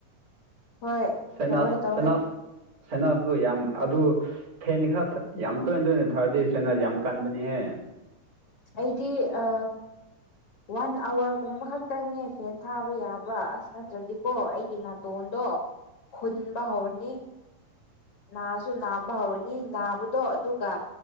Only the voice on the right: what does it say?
ꯁꯅꯥꯖ
ꯁꯅꯥꯁ ꯁꯅꯥꯁꯗꯣ ꯌꯥꯝ ꯑꯗꯨ ꯐꯦꯟꯗꯤ ꯈꯔ ꯌꯥꯝ ꯇꯣꯏ ꯇꯣꯏꯅ ꯊꯥꯔꯗꯤ ꯁꯥꯅꯁ ꯌꯥꯝ ꯀꯟꯕꯅꯤꯍꯦ
ꯎ